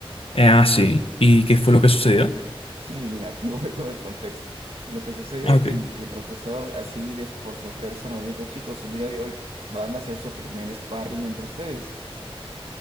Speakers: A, on the left (about 70°); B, on the right (about 80°).
A: Eh, ah, sí. ¿Y qué fue lo que sucedió?
B: Sí, mira, aquí <laughs> voy con el contexto. Lo que sucede
A: Ah,
B: es
A: ok.
B: que el profesor así de, por sorpresa nos dijo, chicos, el día de hoy van a hacer su primer sparring entre ustedes.